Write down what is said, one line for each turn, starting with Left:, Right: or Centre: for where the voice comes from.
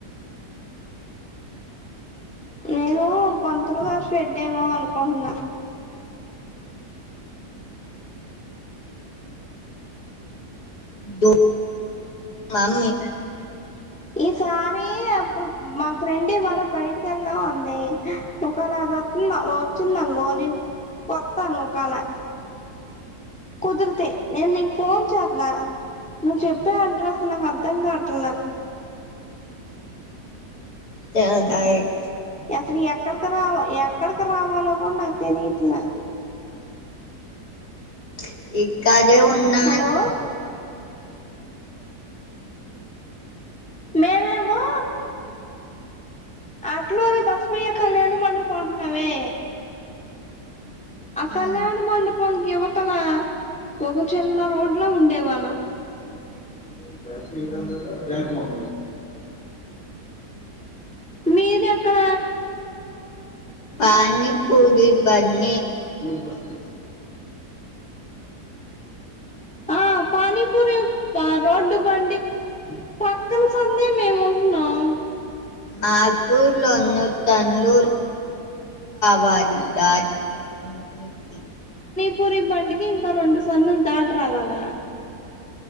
Centre: నేను పతులు దష పెడ్డేమో అనుకుంటున్నా
Left: ద మమీ
Centre: ఈసారి అప్పుడు మా ఫ్రెండ్ ఇవాళ బయటకి వెళ్దాం అంది ఒకేళ అది వస్తుంద వచ్చిందంగో నేను వస్తాను ఒకేళ కుదిరితే నేను నీకు ఫోన్ చేస్తా నువ్వు చెప్పే అడ్రస్ నాకు అర్థం కాట్
Left: చదాయితే
Centre: అసలు ఎక్కడికి రావ ఎక్కడికి రావలో కూడా నా తెేను ఇట్లా
Left: అ ఇక్కదే ఉన్నా
Centre: హలో మేముేమో అట్లునే బసపోయ్యాక నేను మండపో ఉంటున్నావే ఆ
Left: ఉమ్,
Centre: కళ్యాణ మండ పొంచి అక్కన ఒక చిన్న రోడ్ లో ఉండేవాళ్ళం జ ఇ
Left: ఉమ్.
Centre: బ్యాంక్ మ మీది ఎక్కడ
Left: పనీ పూది బన్న
Centre: మా బస్ ఆ పానీపూరి రోడ్డు బండి పక్కన పందే మేము ఉంటున్నాం
Left: మాకు లోన్ను తన్నలు వాలి ఉన్నూటి
Centre: పూరి బంకి ఇంకా రెండు సందలు దాట రావాలా